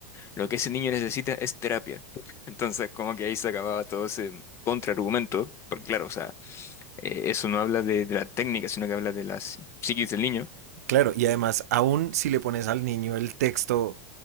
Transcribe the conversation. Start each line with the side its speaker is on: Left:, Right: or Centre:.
Left: lo que ese niño necesita es terapia. Entonces, como que ahí se acababa todo ese contraargumento, porque claro, o sea, eh, eso no habla de, de la técnica, sino que habla de las psiquis del niño.
Right: Claro, y además, aún si le pones al niño el texto